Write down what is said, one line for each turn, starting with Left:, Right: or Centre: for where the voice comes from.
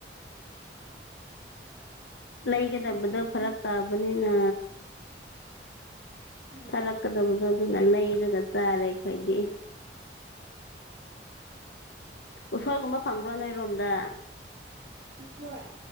Left: ꯂꯩꯒꯗꯕꯗꯣ
Right: ꯎꯄꯥꯏ ꯂꯩꯇꯦ
Left: ꯐꯔꯛ ꯇꯥꯕꯅꯤꯅ
Right: ꯎꯝ
Left: ꯊꯥꯔꯛꯀꯗꯕꯗꯣ ꯑꯗꯨꯅ ꯂꯩꯔꯒ ꯆꯥꯔꯦ ꯑꯩꯈꯣꯏꯗꯤ ꯎꯁꯣꯏ ꯒꯨꯝꯕ ꯐꯪꯕ꯭ꯔꯣ ꯅꯣꯏꯔꯣꯝꯗ
Right: ꯎꯁꯣꯏ